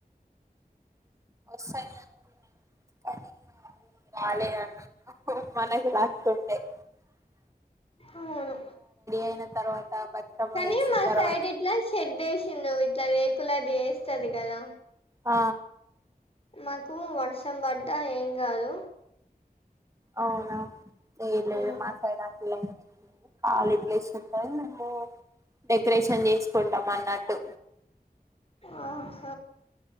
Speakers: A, on the right; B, on the left.
A: <unintelligible> రాలేదు <unintelligible>
B: అవును
A: అయిన తర్వాత బతుకమ్మ
B: కానీ
A: వేసిన
B: మా
A: తర్వాత
B: సైడ్ ఇట్లా షెడ్ వేసింది ఇట్లా రేకులది వేస్తది కదా
A: ఆ
B: మాకు వర్షం పడ్డ ఏం కాదు
A: అవున ఏం లే
B: ఉమ్,
A: మా సైడ్ అట్లా ఏం లే ఖాళీ ప్లేస్ ఉంటడి మేము డెకరేషన్ చేసుకుంటాం అన్నట్టు
B: ఆ హ